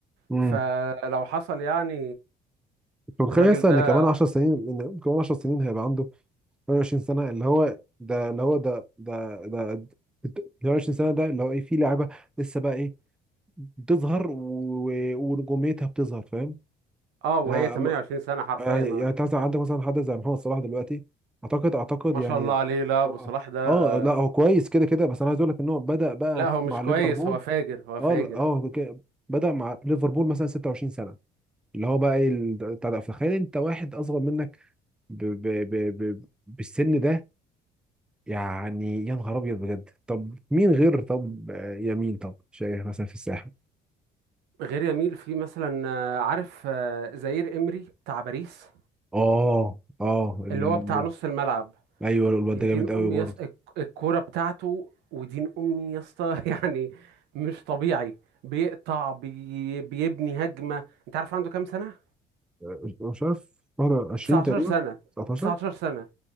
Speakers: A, in the centre; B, on the right.
A: امم
B: فلو حصل يعني
A: انت متخيل
B: الراجل
A: لسه
B: ده
A: ان كمان 10 سنين ان كمان 10 سنين هيبقى عنده 28 سنة اللي هو ده اللي هو ده ده ده ده- 28 سنة ده اللي هو ايه في لعبة لسه بقى ايه بتظهر و- و- ونجوميتها بتظهر فاهم
B: اه وهي
A: يعني
B: 28
A: ما-
B: سنة حرفيا
A: يعني
B: اه
A: يعني أنت مثلا عندك مثلا حد زي محمد صلاح دلوقتي اعتقد اعتقد
B: ما
A: يعني
B: شاء الله عليه لا ابو
A: اه
B: صلاح ده
A: اه لا هو كويس كده كده بس انا عايز اقول لك ان هو بدأ بقى
B: لا هو مش
A: مع ليفربول
B: كويس هو فاجر هو
A: اه
B: فاجر
A: اه ك- بدأ مع ليفربول مثلا 26 سنة اللي هو بقى ايه ال- بتاع ده فخيل انت واحد اصغر منك ب ب ب ب بالسن ده يعني يا نهار ابيض بجد طب مين غير طب آه، يمين طب شايف مثلا في الساحل
B: غير يميل في مثلا آه، عارف آه، زائير امري بتاع باريس
A: اه اه ال...
B: اللي هو بتاع نص الملعب
A: ايوه الواد
B: يا
A: ده
B: دين
A: جامد قوي
B: امي
A: برضه
B: يا يص... الكوره بتاعته ودين امي يا اسطى <laughs> يعني مش طبيعي بيقطع بي... بيبني هجمه انت عارف عنده كام سنه
A: آه، مش عارف 21
B: 19
A: تقريبا
B: سنه
A: 19
B: 19 سنه